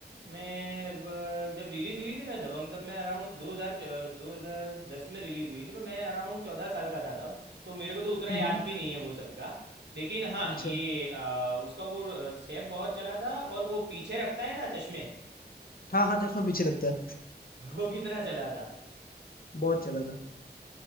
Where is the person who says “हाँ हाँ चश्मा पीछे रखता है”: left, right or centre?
Left